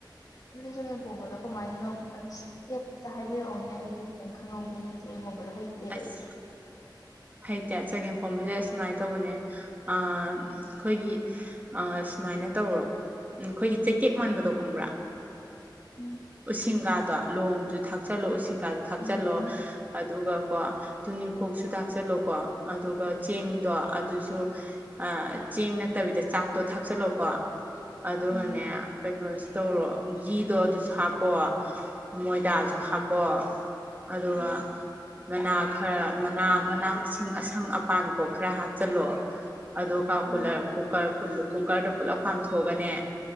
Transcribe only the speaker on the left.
ꯑꯗꯨꯗꯤ ꯆꯒꯦꯝ ꯄꯣꯝꯕꯗꯣ ꯀꯃꯥꯏꯅꯅꯣ ꯈꯤꯇꯪ, ꯑꯦꯞꯇ ꯍꯥꯏꯕꯤꯔꯛꯎꯅꯦ ꯑꯩꯗꯨ ꯈꯤꯇꯪ ꯈꯪꯍꯧꯒꯦꯅꯦ ꯆꯥꯐꯝ ꯄꯣꯝꯕꯗꯣ ꯍꯩꯇꯦꯕ
ꯑꯩꯗꯤ꯫
ꯎꯝ
ꯎꯝ ꯎꯝ
ꯎꯝ
ꯎꯝ
ꯎꯝ